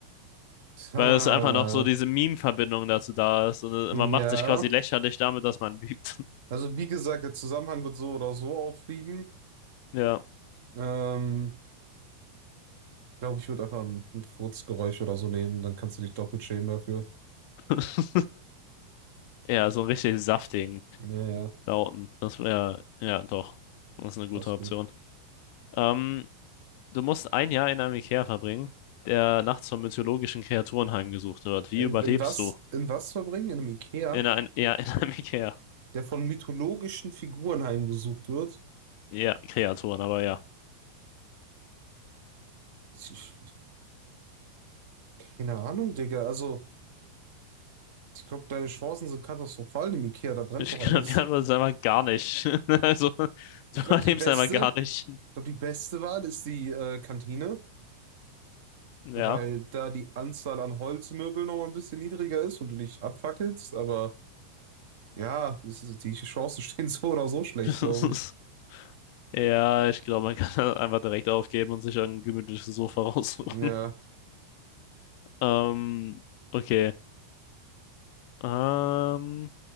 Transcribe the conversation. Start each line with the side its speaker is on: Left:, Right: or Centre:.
Right: Ha,
Left: Weil es einfach noch so diese Meme-Verbindung dazu da ist. Und
Right: ja.
Left: äh, man macht sich quasi lächerlich damit, dass man lügt.
Right: Also wie gesagt, der Zusammenhang wird so oder so auffliegen.
Left: <laughs> Ja.
Right: Ähm, glaube, ich würde einfach ein, ein Furzgeräusch oder so nehmen. Dann kannst du dich doppelt schämen dafür.
Left: <laughs> Ja, so einen richtig saftigen
Right: Ja, ja,
Left: Lauten. Das wäre, ja, doch. Das ist eine gute
Right: passt
Left: Option.
Right: gut.
Left: Ähm, du musst ein Jahr in einem Ikea verbringen, der nachts von mythologischen Kreaturen heimgesucht wird. Wie
Right: In,
Left: überlebst
Right: in was,
Left: du?
Right: in was verbringen? In einem Ikea,
Left: In ein, <laughs> ja, in einem Ikea.
Right: der von mythologischen Figuren heimgesucht wird?
Left: Ja, Kreaturen, aber ja.
Right: Ich, ich, keine Ahnung, Digga. Also. Ich glaube, deine Chancen sind katastrophal im Ikea, da brennt
Left: Ich
Right: doch alles.
Left: glaube, die Antwort ist einfach gar nicht. <laughs> Also,
Right: Ich
Left: du überlebst
Right: glaube, die beste,
Left: einfach gar nicht.
Right: ich glaube, die beste Wahl ist die äh, Kantine,
Left: Ja.
Right: weil da die Anzahl an Holzmöbeln noch mal ein bisschen niedriger ist und du nicht abfackelst. Aber ja, das ist, die Chancen <laughs> stehen so oder so schlecht,
Left: <laughs>
Right: glaube ich.
Left: Ja, ich glaube, man kann das einfach direkt aufgeben und sich ein gemütliches Sofa <laughs> raussuchen.
Right: Ja,
Left: Ähm, okay. Ähm.